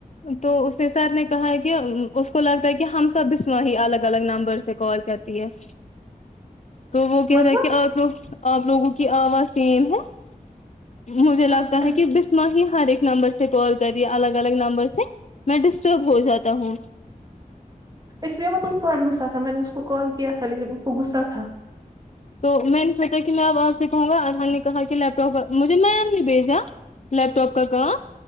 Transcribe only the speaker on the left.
تو اس نے سر نے کہا کہ اس کو لگتا ہے کہ ہم سب اس وہ ہی الگ الگ نمبر سے کال کرتی ہے <inaudible> تو وہ کہہ
رہا ہے کہ آپ لوگ آپ لوگوں کی آواز سیم ہے مجھے لگتا
ہے کہ بسمہ ہی ہر ایک نمبر سے کال کری الگ الگ نمبر سے میں ڈسٹرب ہو جاتا ہوں
تو میں نے سوچا کہ میں آ وہاں سے کہوں گا ارحان نے کہا کہ لیپٹاپ مجھے میم نہیں بھیجا لیپ ٹاپ کا کہا